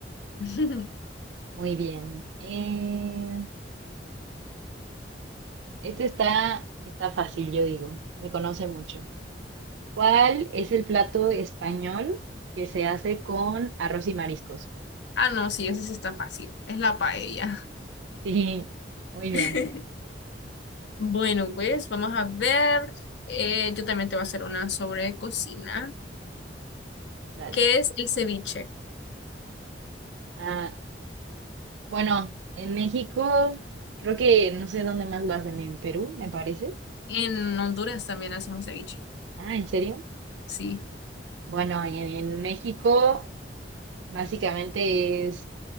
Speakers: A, on the left; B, on the right.
A: <laughs>
B: Muy bien. Eh, este está, está fácil, yo digo. Se conoce mucho. ¿Cuál es el plato español que se hace con arroz y mariscos? <laughs>
A: Ah, no, sí, ese sí está fácil. Es la paella.
B: Sí, muy bien,
A: <laughs> Bueno, pues vamos a ver. Eh, yo también te voy a hacer una sobre cocina,
B: dale.
A: que es el ceviche.
B: Ah, bueno, en México, creo que no sé dónde más lo hacen, en Perú, me parece.
A: En Honduras también hacemos ceviche.
B: Ah, ¿en serio?
A: Sí.
B: Bueno, en, en México básicamente es